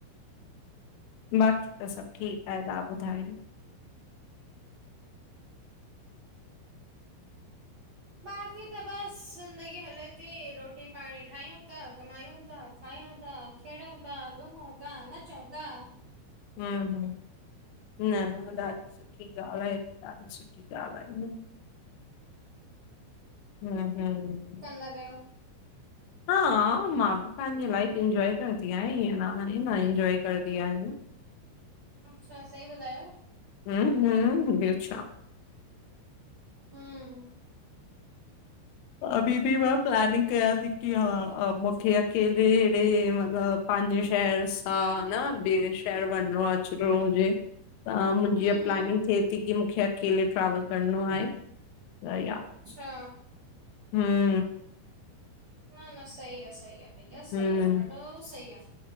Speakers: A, on the left; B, on the right.
A: बाक़ी त सभ ठीक आहे, तहां ॿुधायो?
B: बाक़ी त बस ज़िंदगी हले ती, रोटी पाणी ठायूं ता, कमायूं ता, खायूं था। खेॾूं ता, घुमूं ता, नचूं ता।
A: हूं हूं न न, ॾाढी सुठी ॻाल्ह आहे, ते ॾाढी सुठी ॻाल्ह आहे। राधे राद <unintelligible>
B: न कयो
A: हा मां बि पाहंजी लाइफ इंजॉय करदी आहियां इअं न आहे न इंजॉय करदी आहियां।
B: अच्छा सही ॿुधायो?
A: हम्म हम्म ब्यो छा
B: हम्म
A: अभी बि मां प्लॅेनिंग कयां थी कि हा मूंखे अ केर ॾे ॾेमतलब पहान्जे शहर सां न बे शहर वञणो अचणो हुजे त मुंहिंजी
B: हम्म
A: हिय
B: हम्म
A: प्लेनिंग थे ती की मूंखे अकेले ट्रेवल करणो आहे त या
B: अच्छा
A: हम्म
B: न न सही आ सही आ भईया सही
A: हम्म
B: आ ॾाढो सही आ